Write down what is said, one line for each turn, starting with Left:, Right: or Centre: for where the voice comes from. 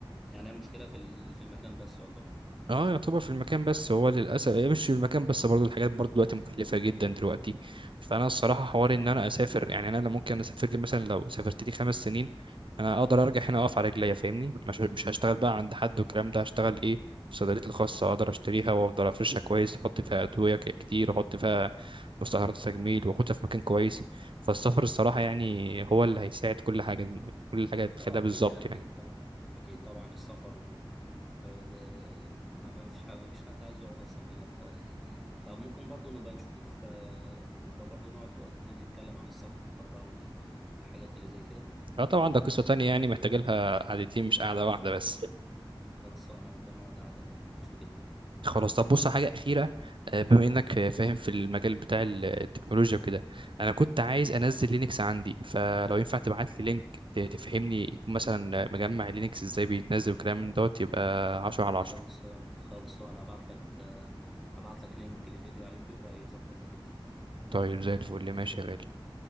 Centre: يعني المشكله في ال- في المكان بس
Right: اه يعتبر في المكان بس هو للاسف إيه، مش في المكان بس برضو الحاجات برضو دلوقتي مكلفه جدا دلوقتي فانا الصراحه حوار ان انا اسافر يعني انا لا ممكن اسافر لي مثلا لو سافرت لي خمس سنين انا اقدر ارجع هنا اقف على رجليا فاهمني مش مش هشتغل بقى عند حد والكلام ده هشتغل ايه في صيدليتي الخاصه اقدر اشتريها وافضل افرشها كويس احط فيها ادويه ك- كتير واحط فيها مستحضرات تجميل واخدها في مكان كويس فالسفر الصراحه يعني هو اللي هيساعد كل حاجه كل حاجه تخليها
Centre: اه اكيد
Right: بالظبط
Centre: يا اكيد
Right: يعني
Centre: طبعا اكيد طبعا السفر و آه، ب... ما ما فيش حد ما فيش حد عايز يقعد اصلا هنا ف... <laughs> فممكن برضو نبقى نشوف آه، نبقى برضو نقعد في وقت تاني نتكلم عن السفر بقى وال... والحاجات اللي زي كده
Right: اه طبعا ده قصه تانية يعني محتاجه لها قعدتين مش قاعده واحده بس
Centre: خلصانه نبقى نقعد قاعده بقى نشوف الدنيا
Right: خلاص طب بص على حاجة أخيرة آه، بما إنك آه، فاهم في المجال بتاع ال- التكنولوجيا وكده أنا كنت عايز أنزل لينكس عندي فلو ينفع تبعت لي لينك ت- تفهمني يكون مثلا مجمع لينكس إزاي بيتنزل وكلام من دوت يبقى عشرة على عشرة
Centre: خلصان خلصان ابعت لك آه، ابعت لك لينك لفيديو على اليوتيوب هيظبط لك الدنيا
Right: طيب زي الفل ماشي يا غالي